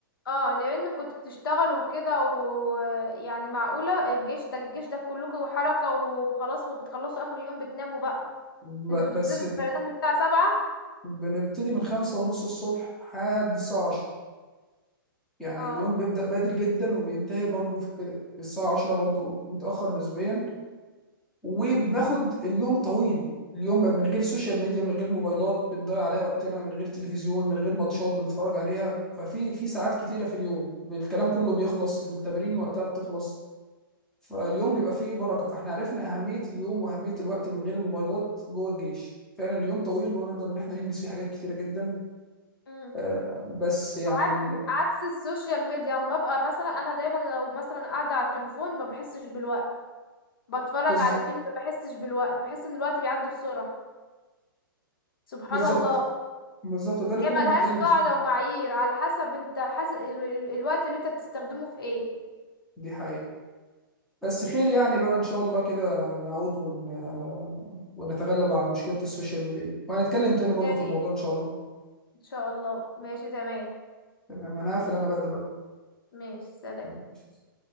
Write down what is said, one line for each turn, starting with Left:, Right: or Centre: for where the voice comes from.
Left: اه لان كنتوا بتشتغلوا وكده ويعني معقولة الجيش ده الجيش ده كلكم حركة وخلاص وبتخلصوا اخر يوم بتناموا بقى
Centre: ب-
Left: انتوا
Centre: بس
Left: بتبتدوا التمرين من الساعة سبعة
Centre: بنبتدي من خمسة ونص الصبح لحد الساعة عشرة يعني
Left: اه
Centre: اليوم بيبدأ بدري جدا وبينتهي برضه في في الساعة عشرة برضه متأخر نسبيا وبناخد اليوم طويل اليوم بقى من غير سوشيال ميديا من غير موبايلات بتضيع عليها وقتنا من غير تلفزيون من غير ماتشات بنتفرج عليها ففي في ساعات كتيرة في اليوم الكلام كله بيخلص التمارين وقتها بتخلص فاليوم بيبقى
Left: أم،
Centre: فيه بركة فاحنا عرفنا أهمية اليوم وأهمية الوقت من غير الموبايلات جوه الجيش فعلا اليوم طويل ونقدر إن احنا ننجز فيه حاجات كتيرة جدا
Left: أم.
Centre: آه، بس يعني
Left: عك-
Centre: ال-
Left: عكس السوشيال ميديا اما ببقى مثلا انا دايما لو مثلا قاعدة على التليفون ما بحسش بالوقت بتفرج
Centre: بز-
Left: على فيلم ما بحسش بالوقت بحس ان الوقت بيعدي بسرعة سبحان
Centre: بالظبط
Left: الله
Centre: بالظبط ده اللي
Left: هي
Centre: كنا
Left: ملهاش
Centre: بنتكلم
Left: قاعدة
Centre: فيه
Left: ومعايير على حسب انت حاسس ال... ال... الوقت اللي انت بتستخدمه في ايه
Centre: دي حقيقة بس خير يعني بقى إن شاء الله كده نعود ون... ونتغلب على مشكلة السوشيال ميديا دي وهنتكلم تاني برضو
Left: يا ريت
Centre: في الموضوع إن شاء الله
Left: ان شاء الله ماشي تمام
Centre: تمام أنا هقفل أنا بقى
Left: ماشي سلام
Centre: دلوقتي